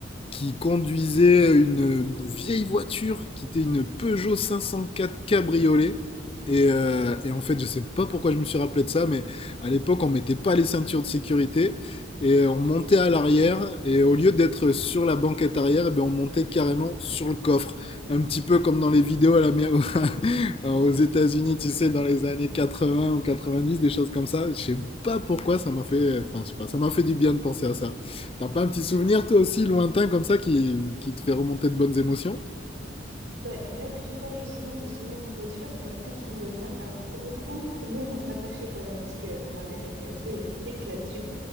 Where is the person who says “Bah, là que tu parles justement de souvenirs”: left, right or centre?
Right